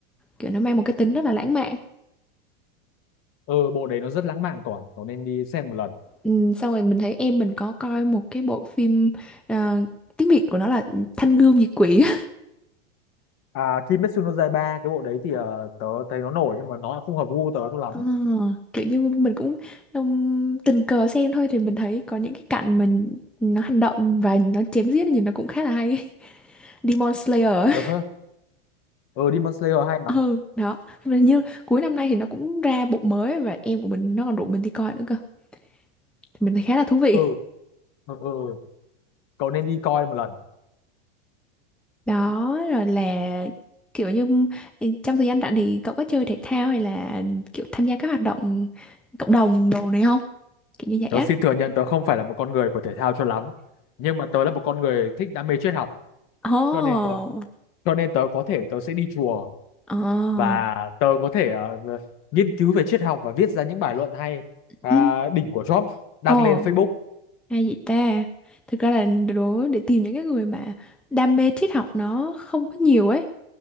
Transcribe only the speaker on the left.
ừ bộ đấy nó rất lãng mạn quả cậu nên đi xem một lần
à, Kimetsu no Yaiba cái bộ đấy thì ờ, tớ thấy nó nổi nhưng mà nó không hợp gu tớ cho lắm
ờ hơ, ờ Demon Slayer hay lắm
ừ ừ ừ ừ. cậu nên đi coi một lần
tớ
xin thừa nhận tớ không phải là một con người của thể thao cho lắm nhưng mà tớ là một con người thích đam mê triết học
cho nên tớ cho nên tớ có thể tớ sẽ đi chùa
và tớ có thể ờ, nghiên cứu về triết học và viết ra những bài luận hay à,
đỉnh của Job đăng
lên Facebook